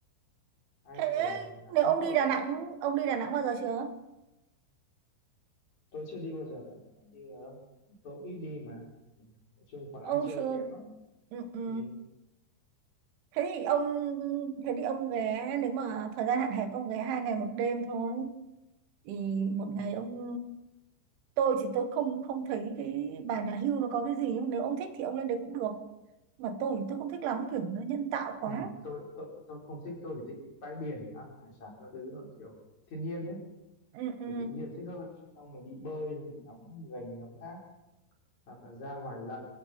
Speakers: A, on the left (about 40°); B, on the right (about 75°).
A: hai
B: thế
A: tuần đã
B: nếu
A: đang
B: ông
A: có
B: đi Đà Nẵng ông đi Đà Nẵng bao giờ chưa
A: tôi chưa đi bao giờ đã có đi vào đâu tôi ít đi mà ừ. nói chung còn
B: ông
A: ăn chơi
B: chưa
A: kém lắm
B: ừ, ừ.
A: ừ.
B: thế thì ông thế thì ông ghé nếu mà thời gian hạn hẹp ông ghé hai ngày một đêm thôi thì một
A: Ừ.
B: ngày ông tôi thì tôi không không thấy cái bà nhà hưu nó có cái gì nhưng nếu ông thích thì ông lên đấy cũng được mà tôi thì tôi không thích lắm kiểu nó nhân tạo quá
A: Ừ. tôi tôi tôi không thích tôi chỉ thích bãi biển ăn hải sản các thứ thôi, kiểu thiên nhiên ấy
B: ừ, ừ.
A: kiểu tự nhiên thích hơn xong mình đi bơi rồi mình ngắm gành ngắm thác hoặc là ra ngoài lặn